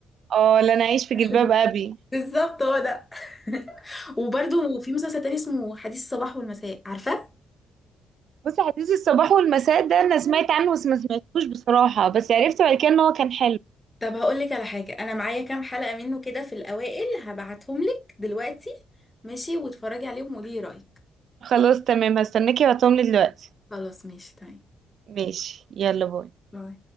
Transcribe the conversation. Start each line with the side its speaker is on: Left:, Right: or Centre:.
Right: اه لا انا عايش في
Left: عارفة
Right: جلباب
Left: دي؟
Right: ابي
Left: بالظبط هو ده <laughs> وبرده في مسلسل تاني اسمه حديث الصباح والمساء عارفه
Right: بصي حديث الصباح والمساء ده انا سمعت عنه بس ما سمعتوش بصراحة بس عرفت بعد كده ان هو كان حلو
Left: طب هقول لك على حاجة أنا معايا كام حلقة منه كده في الأوائل هبعتهم لك دلوقتي ماشي واتفرجي عليهم وقولي رأيك
Right: خلاص تمام هستناكي وهتقوملي دلوقتي
Left: خلاص ماشي تمام
Right: ماشي يلا باي
Left: باي.